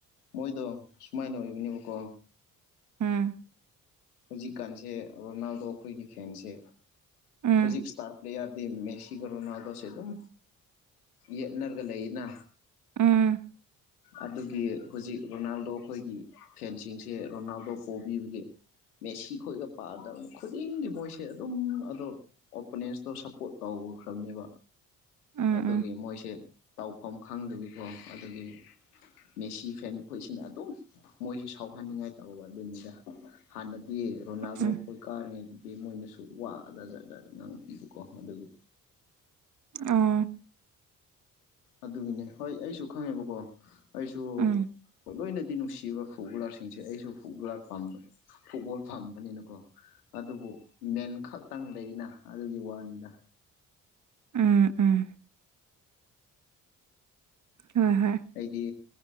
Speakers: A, on the left; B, on the right.
A: ꯃꯣꯏꯗꯣ ꯁꯨꯃꯥꯏꯅ ꯑꯣꯏꯕꯅꯦꯕꯀꯣ
B: ꯎꯝ
A: ꯍꯧꯖꯤꯛꯀꯥꯟꯁꯦ ꯔꯣꯅꯥꯜꯗꯣ ꯑꯩꯈꯣꯏꯒꯤ ꯐꯦꯟꯁꯦ
B: ꯎꯝ
A: ꯍꯧꯖꯤꯛ ꯏꯁꯇꯥꯔ ꯄ꯭ꯂꯦꯌꯥꯔꯗꯤ ꯃꯦꯁꯤꯒ ꯔꯣꯅꯥꯜꯗꯣꯁꯦ ꯑꯗꯨꯝ ꯌꯦꯠꯅꯔꯒ ꯂꯩꯅ
B: ꯎꯝ
A: ꯑꯗꯨꯒꯤ ꯍꯧꯖꯤꯛ ꯔꯣꯅꯥꯜꯗꯣ ꯑꯩꯈꯣꯏꯒꯤ ꯐꯦꯟꯁꯤꯡꯁꯦ ꯔꯣꯅꯥꯜꯗꯣ ꯄꯣꯕꯤꯕꯒꯤ ꯃꯦꯁꯤ ꯈꯣꯏꯒ ꯄꯥꯕꯗ ꯈꯨꯗꯤꯡꯒꯤ ꯃꯣꯏꯁꯦ ꯑꯗꯨꯝ ꯑꯗꯣ ꯑꯣꯄꯣꯅꯦꯟꯁꯇꯣ ꯁꯞꯄꯣꯔꯠ ꯇꯧꯈ꯭ꯔꯕꯅꯦꯕ
B: ꯎꯝ
A: ꯑꯗꯨꯒꯤ
B: ꯎꯝ
A: ꯃꯣꯏꯁꯦ ꯇꯧꯐꯝ ꯈꯪꯗꯕꯤꯀꯣ ꯑꯗꯨꯒꯤ ꯃꯦꯁꯤ ꯐꯦꯟ ꯈꯣꯏꯁꯤꯅ ꯑꯗꯨꯝ ꯃꯣꯏꯁꯨ ꯁꯥꯎꯍꯟꯅꯤꯡꯉꯥꯏ ꯇꯧꯕ ꯑꯗꯨꯅꯤꯗ ꯍꯥꯟꯅꯗꯤ ꯔꯣꯅꯥꯜꯗꯣ
B: ꯎꯝ
A: ꯈꯣꯏ ꯀꯥꯔꯤꯉꯩꯗꯨꯗꯤ ꯃꯣꯏꯅꯁꯨ ꯋꯥ ꯖꯥꯠꯖꯥꯠ ꯉꯥꯡꯄꯤꯕꯀꯣ ꯑꯗꯨꯒꯤ
B: ꯑꯥ
A: ꯑꯗꯨꯒꯤꯅꯦ ꯍꯣꯏ ꯑꯩꯁꯨ ꯈꯪꯉꯦꯕꯀꯣ ꯑꯩꯁꯨ
B: ꯎꯝ
A: ꯂꯣꯏꯅꯗꯤ ꯅꯨꯡꯁꯤꯕ ꯐꯨꯠ ꯕꯣꯂꯥꯔꯁꯤꯡꯁꯦ ꯑꯩꯁꯨ ꯐꯨꯠꯕꯣꯂꯥꯔ ꯄꯥꯝꯕ ꯐꯨꯠꯕꯣꯜ ꯄꯥꯝꯕꯅꯤꯅꯀꯣ ꯑꯗꯨꯕꯨ ꯃꯦꯟ ꯈꯛꯇꯪ ꯂꯩꯅ ꯑꯗꯨꯒꯤ ꯋꯥꯅꯤꯗ
B: ꯎꯝ ꯎꯝ ꯍꯣꯏ ꯍꯣꯏ
A: ꯑꯩꯗꯤ